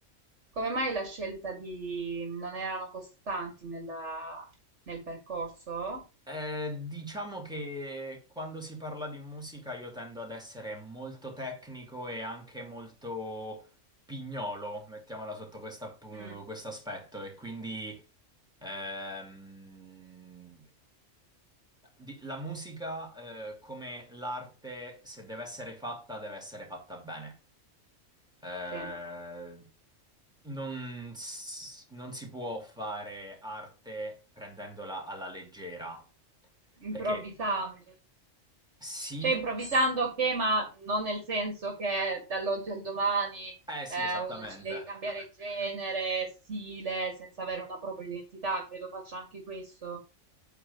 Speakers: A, on the right; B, in the centre.
A: come mai la scelta di non erano costanti nella- nel percorso?
B: Eh, diciamo che quando si parla di musica io tendo ad essere molto tecnico e anche molto pignolo, mettiamola sotto questa appu-
A: Mm,
B: questo aspetto, e quindi ehm, di- la musica, eh, come l'arte, se deve essere fatta, deve essere fatta bene. Eh,
A: sì,
B: non, s- non si può fare arte prendendola alla leggera,
A: improvvisando,
B: perché sì,
A: cioè improvvisando ok, ma non nel senso che dall'oggi al domani
B: eh sì,
A: eh,
B: esattamente,
A: uno decide di cambiare genere, stile, senza avere una propria identità, credo faccia anche questo.